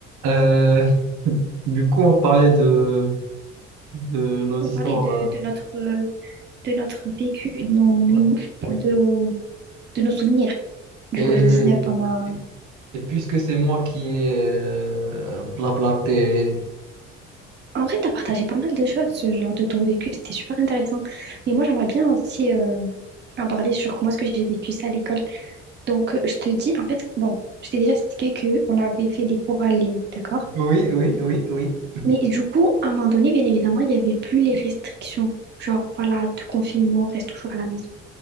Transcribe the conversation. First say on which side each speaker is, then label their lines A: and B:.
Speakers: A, on the right; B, on the right.
A: Euh, <laughs> du coup, on parlait de, de nos
B: On
A: histoires.
B: parlait de, de
A: hein.
B: notre, euh, de notre vécu, de nos, mémo-
A: Ouais, oui.
B: de, nos- de nos souvenirs du
A: Et,
B: Covid-19. On a-
A: et, et puisque c'est moi qui ai euh, blablaté.
B: En vrai, tu as partagé pas mal de choses, ce genre de ton vécu, c'était super intéressant. Mais moi, j'aimerais bien aussi euh, en parler sur comment est-ce que j'ai vécu ça à l'école. Donc, euh, je te dis, en fait, bon, je t'ai déjà expliqué qu'on avait fait des cours en ligne, d'accord?
A: Oui, oui, oui, oui.
B: Mais du coup, à un moment donné, bien évidemment, il n'y avait plus les restrictions. Genre, voilà, de confinement, reste toujours à la maison.